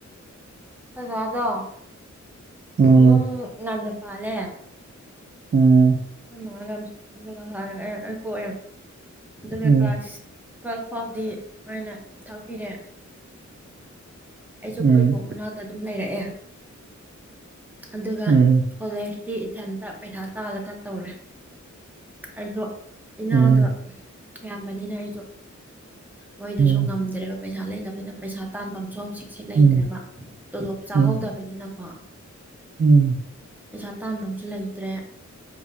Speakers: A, in the centre; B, on the right (about 35°).
A: ꯈꯣꯏ ꯗꯥꯗꯣ
B: ꯎꯝ
A: ꯃꯌꯨꯝ ꯉꯟꯅꯄꯂꯦ
B: ꯎꯝ
A: ꯑꯩꯈꯣꯏ ꯃꯥꯂꯝ ꯍꯔ ꯄꯣꯛꯑꯦ ꯑꯗꯨꯒ
B: ꯎꯝ
A: ꯀꯥꯁ ꯇꯨꯋꯦꯜꯐ ꯐꯥꯎꯗꯤ ꯃ‌ꯣꯏꯅ ꯊꯥꯛꯄꯤꯔꯦ ꯑꯩꯁꯨ
B: ꯎꯝ
A: ꯈꯣꯏꯕꯣꯛ ꯃꯅꯥꯛꯇ ꯑꯗꯨꯝ ꯂꯩꯔꯛꯑꯦ ꯑꯗꯨꯒ
B: ꯎꯝ
A: ꯀꯣꯂꯦꯖꯇꯤ ꯏꯊꯟꯇ ꯄꯩꯁꯥ ꯇꯥꯜꯂꯒ ꯇꯧꯔꯦ ꯑꯩꯁꯨ ꯏꯅꯥꯎꯗꯣ
B: ꯎꯝ
A: ꯌꯥꯝꯕꯅꯤꯅ ꯑꯩꯁꯨ ꯃꯣꯏꯗꯨꯁꯨ
B: ꯎꯝ
A: ꯉꯝꯗ꯭ꯔꯦꯕ ꯄꯩꯁꯥ ꯂꯩꯇꯕꯅꯤꯅ ꯄꯩꯁꯥ ꯇꯥꯟꯐꯝꯁꯨ ꯍꯧꯖꯤꯛ ꯁꯤ ꯂꯩꯇ꯭ꯔꯦꯕ
B: ꯎꯝ
A: ꯇꯣꯂꯣꯞ ꯆꯥꯍꯧꯗꯕꯅꯤꯅꯀꯣ
B: ꯎꯝ ꯎꯝ
A: ꯄꯩꯁꯥ ꯇꯥꯟꯕꯝꯁꯨ ꯂꯩꯇ꯭ꯔꯦ